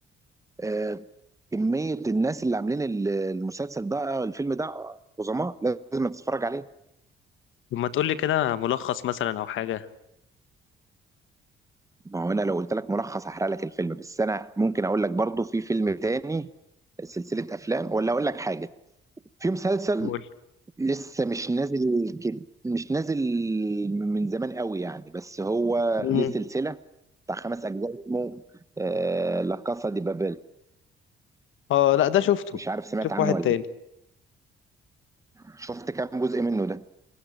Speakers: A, on the right; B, on the left.
A: آه، كميه الناس اللي عاملين ال- المسلسل ده آه، الفيلم ده عظماء لازم تتفرج عليه
B: لما تقول لي كده ملخص مثلا او حاجه
A: ما هو انا لو قلت لك ملخص هحرق لك الفيلم بس انا ممكن اقول لك برضو في فيلم تاني سلسله افلام ولا اقول لك حاجه في مسلسل
B: قول
A: لسه مش نازل كده مش نازل من زمان قوي يعني بس هو
B: امم
A: ليه سلسلة بتاع خمس أجزاء اسمه آه لا كاسا دي بابيل
B: اه لا ده شفته
A: مش عارف سمعت
B: شوف
A: عنه
B: واحد
A: ولا
B: تاني
A: لأ. شفت كام جزء منه ده